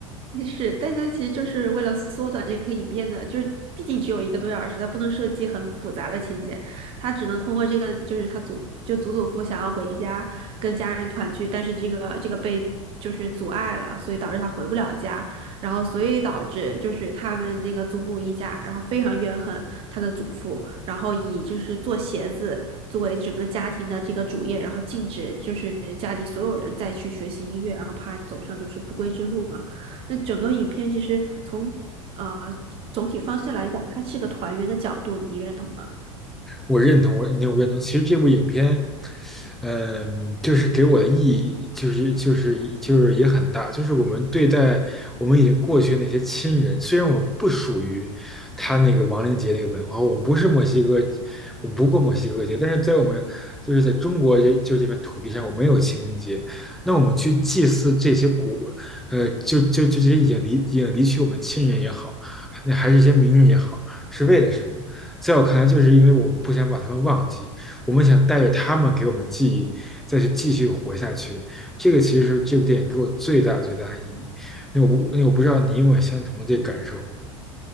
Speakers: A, on the right; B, in the centre.
A: 也是，大家其实就是为了缩短这个影片的，就是毕竟只有一个多小时，他不能设计很复杂的情节，他只能通过这个，就是他祖就祖祖父想要回家跟家人团聚，但是这个这个被就是阻碍了，所以导致他回不了家，然后所以导致就是他们那个祖母一家，然后非常怨恨他的祖父，然后以就是做鞋子作为整个家庭的这个主业，然后禁止就是家里所有人再去学习音乐，然后怕走上就是不归之路嘛。那整个影片其实从呃总体方向来讲，它是个团圆的角度，你认同吗？
B: 我认同，我那我认同。其实这部影片，嗯，就是给我的意义，就是就是就是也很大，就是我们对待我们已经过去的那些亲人，虽然我们不属于他那个亡灵节那个文化，我们不是墨西哥，我们不过墨西哥节，但是在我们就是在中国这就这片土地上，我们有清明节，那我们去祭祀这些古，呃，就就就这些已经离已经离去我们亲人也好，那还是一些名人也好，是为了什么？在我看来，就是因为我们不想把他们忘记，我们想带着他们给我们记忆，再去继续活下去。这个其实是这部电影给我最大最大的意义。那我那我不知道你有没有相同的这个感受？